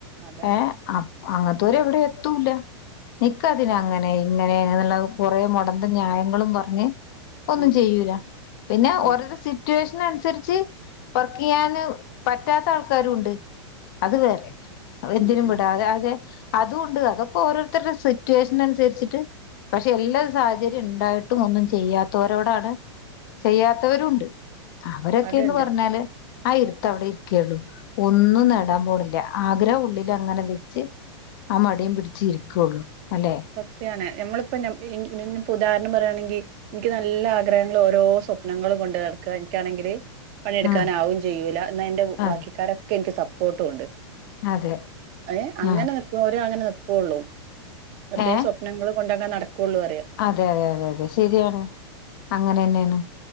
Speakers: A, on the right; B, on the left.
A: അതാണ്
B: ഏഹ് അപ്പ് അങ്ങൻത്തോര് എവിടെ എത്തൂല. നിക്കതിന് അങ്ങനെ ഇങ്ങനെന്ന് ള്ള കൊറെ മൊടന്തം ന്യായങ്ങളും പറഞ്ഞ്. ഒന്നും
A: ഉം
B: ചെയ്യൂല. പിന്നെ
A: ഉം
B: ഓരോരോ സിറ്റോഷ് നുസരിച്ച് വർക്ക്യ്യാന് പറ്റാത്ത ആൾക്കാരും ഇണ്ട്. അത് വേറെ. എന്തിനും
A: ഉം
B: വിടാതെ
A: ഉം
B: അതെ അതുണ്ട് അതൊക്കെ, ഓരോ രുത്തരുടെ സിറ്റുവേഷനനുസരിച്ചിട്ട്. പക്ഷെ എല്ലാ സാഹചര്യം ഇണ്ടായിട്ടും, ഒന്നും ചെയ്യാത്തവരോടാണ്. ചെയ്യാത്തവരുും ഇണ്ട്. അവരൊക്കെ
A: അത്ണ്ട്
B: ന്ന് പറഞ്ഞാല്. ആഹ്, ഇരുത്തവടെ ഇരിക്കെള്ളു. ഒന്നും നേടാപോണില്ല. ആഗ്രഹം ഉള്ളിലങ്ങനെ വെച്ച്. ആഹ്, മടിം പിടിച് ഇരിക്കൊള്ളു അല്ലെ.
A: ക്കെയാണ് നമ്മളിപ്പൊ ന ഇ ഇപ്പൊ ഉദാഹരണം പറയാണെങ്കി, ഇനിക്ക് നല്ല ആഗ്രഹങ്ങളും ഓരോ സ്വപ്നങ്ങളും കൊണ്ട് നടക്ക എനിക്കാണെങ്കില്. പണിടുക്കാ
B: ആ
A: നാവും ചെയ്യൂല. എന്ന എന്റെ
B: അതെ
A: ബാക്കിക്കാരൊക്കെ എനിക്ക് സപ്പോർട്ടും ഉണ്ട്.
B: അതെ
A: ഏഹ് അങ്ങനെ
B: ആ
A: നിക്ക്ണോര് അങ്ങനെ നിക്കൊള്ളൂ.
B: ഏ
A: വെറുതെ സ്വപ്നങ്ങള് കൊണ്ടങ്ങനെ നടകൊള്ളുന്ന് പറയ.
B: അതെ അതെ അതെ അതെ ശരിയാണ് അങ്ങനെന്നെണ്.